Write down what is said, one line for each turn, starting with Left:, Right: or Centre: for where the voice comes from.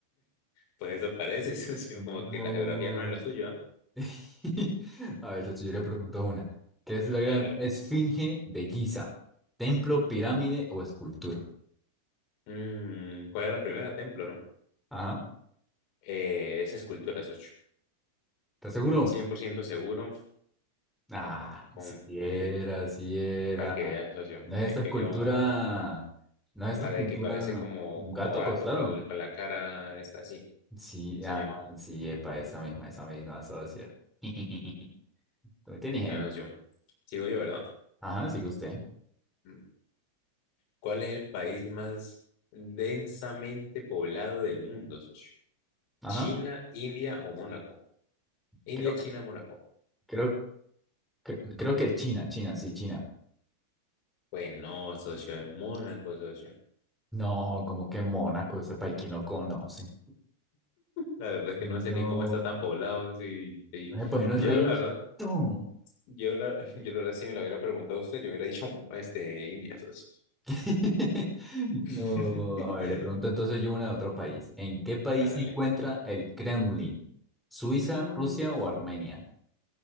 Left: Pues eso parece, socio.
Centre: No.
Left: Como que la geografía no es lo suyo, ¿ah?
Centre: <laughs> A ver, si yo le pregunto una. ¿Qué es la gran
Left: A ver, a ver.
Centre: esfinge de Giza? ¿Templo, pirámide o escultura?
Left: Mm, ¿cuál era la primera? Templo, ¿no?
Centre: Ajá.
Left: Eh, es escultura, socio.
Centre: ¿Estás seguro?
Left: cien por ciento seguro.
Centre: Ah,
Left: Con,
Centre: si era,
Left: sí,
Centre: si era.
Left: para que veas, socio.
Centre: No es esta
Left: Es
Centre: escultura.
Left: que yo,
Centre: No es esta
Left: la
Centre: escultura.
Left: de que parece como,
Centre: Un
Left: como
Centre: gato
Left: gato
Centre: acostado.
Left: con, la- con la cara, está así,
Centre: Sí,
Left: esa
Centre: ah,
Left: misma.
Centre: sí, epa, esa misma, esa misma, socio. <laughs> Muy inteligente.
Left: Bueno, socio. Sigo yo, ¿verdad?
Centre: Ajá, sigue usted.
Left: Mm. ¿Cuál es el país más densamente poblado del mundo, socio?
Centre: Ajá.
Left: ¿China, India o Mónaco? India,
Centre: Creo,
Left: China, Mónaco.
Centre: creo, cre- creo que China, China, sí, China.
Left: Pues no, socio, es Mónaco, socio.
Centre: No, como que Mónaco, ese país, ¿quién lo conoce?
Left: La verdad es
Centre: No,
Left: que no sé ni cómo está tan poblado. Sí, sí.
Centre: ese país no es
Left: Yo,
Centre: riquito.
Left: la verdad, Yo la, <laughs> yo la verdad, si me lo hubiera preguntado usted, yo hubiera dicho <laughs> este India, socio.
Centre: <laughs>
Left: <laughs>
Centre: No, a ver, le pregunto entonces yo una de otro país. ¿En qué país
Left: Hágale.
Centre: se encuentra el Kremlin? ¿Suiza,
Left: No,
Centre: Rusia o Armenia?